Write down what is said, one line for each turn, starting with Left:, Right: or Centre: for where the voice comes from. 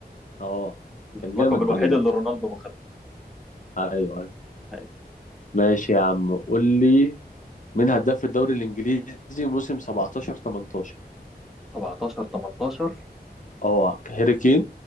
Left: اه
Centre: اللقب
Left: كان جامد
Centre: الوحيد
Left: روني برضه
Centre: اللي رونالدو ما خدها
Left: ايوه أيوة.
Centre: أيوة.
Left: ماشي يا عم قول لي مين هداف في الدوري الانجليزي موسم 17 18
Centre: 17 18
Left: اه هاري كين